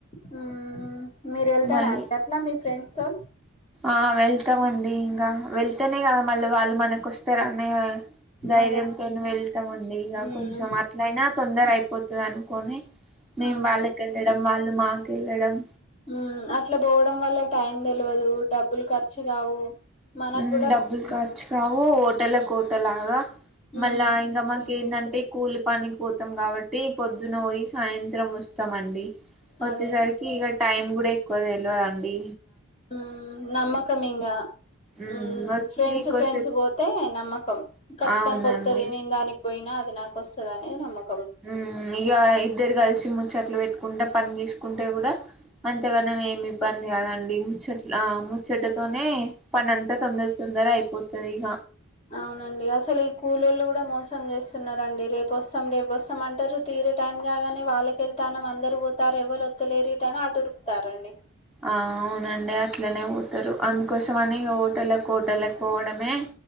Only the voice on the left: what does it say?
హ్మ్ మీరు ఏళ్తారా
అండి అట్ల మీ ఫ్రెండ్స్ తోన్
అదే
మ్మ్
అదే
ఉమ్ అట్ల పోవడం వల్ల టైం తెల్వదు డబ్బులు ఖర్చు కావు మనకు
కూడా
మ్మ్
మ్మ్
మంచిగా
అనిపిస్తది
అదే
ఉమ్మ్ నమ్మకం ఇంగా
ఉమ్మ్
ఫ్రెండ్స్
ఫ్రెండ్స్ పోతే హే నమ్మక్ కం. ఖచ్చితంగా
ఒత్తది నేను దానిక్ పోయినా అది నాకొస్తదనే నమ్మక్
అవునండి అసలు ఈ కూలోళ్ళు కూడా మోసం చేస్తున్నరండి. రేపుస్తాం రేపుస్తాం అంటరు తీరే టైం కాగానే వాళ్ళక వెళ్తానం అందరు పోతారు ఎవ్వరు ఒత్తలేరిట అని అటు ఉరుకుతారండి.